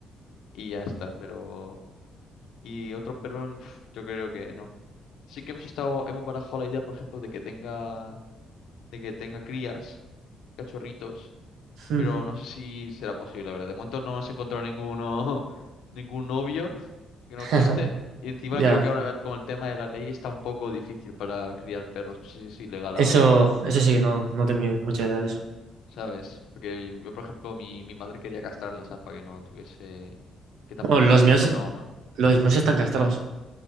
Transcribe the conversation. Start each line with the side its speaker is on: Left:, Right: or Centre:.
Left: y ya está, pero... Y otro perro, pf, yo creo que no. Sí que hemos estado, hemos barajado la idea, por ejemplo, de que tenga, de que tenga crías, cachorritos,
Right: hmm.
Left: pero no sé si será posible, la verdad. De momento no hemos encontrado ninguno, <laughs> ningún novio que
Right: <laughs>
Left: nos guste, y encima
Right: Ya.
Left: creo que ahora con el tema de la ley está un poco difícil para criar perros, no sé si es ilegal
Right: Eso,
Left: ahora,
Right: eso sí, no, no tengo mucha idea de eso.
Left: ¿sabes? Porque yo, por ejemplo, mi, mi madre quería castrarla, ¿sabes? Para que no tuviese, que tampoco
Right: Bueno, los
Left: sé si
Right: míos,
Left: es bueno o no.
Right: los míos están castrados.